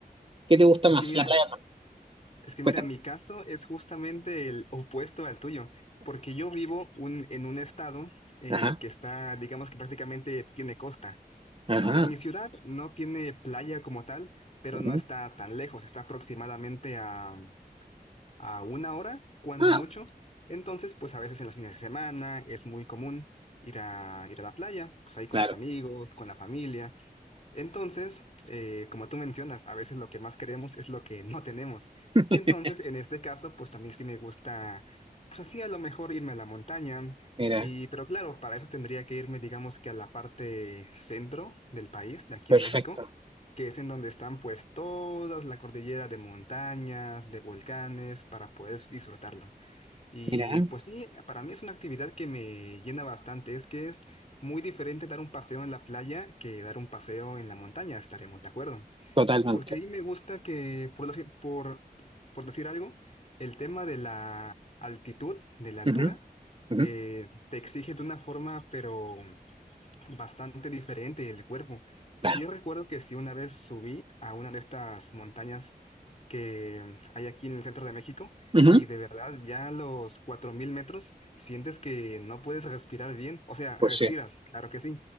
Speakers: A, on the right; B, on the left.
A: ¿Qué te gusta
B: Es
A: más?
B: que mira,
A: ¿La playa o no?
B: es que
A: Cuéntame.
B: mira, mi caso es justamente el opuesto al tuyo, porque yo vivo un- en un estado eh,
A: Ajá,
B: que está, digamos que prácticamente tiene costa.
A: ajá.
B: O sea, mi ciudad no tiene playa como tal, pero
A: ujú.
B: no está tan lejos, está aproximadamente a, a una hora, cuando
A: Ah,
B: mucho. Entonces, pues a veces en los fines de semana es muy común ir a, ir a la playa, pues ahí con
A: claro.
B: los amigos, con la familia. Entonces, eh, como tú mencionas, a veces lo que más queremos es lo que no tenemos.
A: <laughs>
B: Y entonces, en este caso, pues a mí sí me gusta, pues así a lo mejor irme a la montaña.
A: Mira,
B: Y, pero claro, para eso tendría que irme, digamos que a la parte centro del país, de aquí
A: perfecto.
B: en México, que es en donde están pues toda la cordillera de montañas, de volcanes, para poder disfrutarlo. Y
A: Mira,
B: pues sí, para mí es una actividad que me llena bastante. Es que es muy diferente dar un paseo en la playa que dar un paseo en la montaña, estaremos de acuerdo.
A: totalmente.
B: Porque ahí me gusta que, por, lo gen- por, por decir algo, el tema de la altitud, de la altura,
A: Ujú, ujú,
B: eh, te exige de una forma, pero bastante diferente el cuerpo, porque
A: claro.
B: yo recuerdo que sí una vez subí a una de estas montañas que mm, hay aquí en el centro de México
A: Ujú,
B: y de verdad ya a los 4.000 metros sientes que no puedes respirar bien, o sea, respiras,
A: Pues sí.
B: claro que sí,